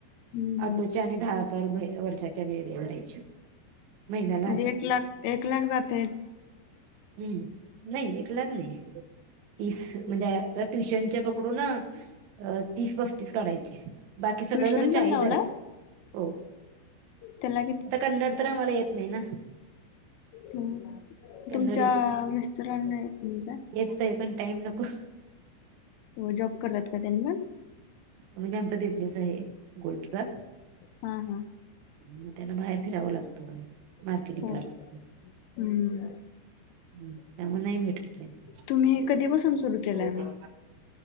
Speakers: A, on the left; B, on the right.
A: हम्म
B: आटोचे
A: हम्म
B: आणि दहा दर महिने वर्षाच्या येनि भरायचे. महिन्याला
A: म्हणजे
B: हजार
A: एक लाख, एक लाख जातेत
B: हम्म, नाही एक लाख नाही, तीस म्हणजे ट्युशन पकडू अं अ तीस पस्तीस काढायचे, बाकी सगळं
A: ट्युशन
B: धरून चाळीस
A: पण लावला
B: धरायचे, हो
A: त्याला
B: आता कन्नडतर आम्हाला येत नही ना
A: तुम-तुमच्या
B: कन्नड
A: मिस्टराना येत नाही का?
B: येतोय पण टाईम नको
A: हो जॉब करतात का त्यानी मग
B: म्हणजे आमचा बिझनेस आहे गोल्डचा
A: हा हा
B: मग त्यांना बाहेर फिरावं लागतं मार्केटिंग
A: हो
B: करायला
A: हम्म
B: हम् त्यामुळे नाही भेटत टाईश ते.
A: तुम्ही हे कधीपासून सुरू केलंय
B: हो का
A: मग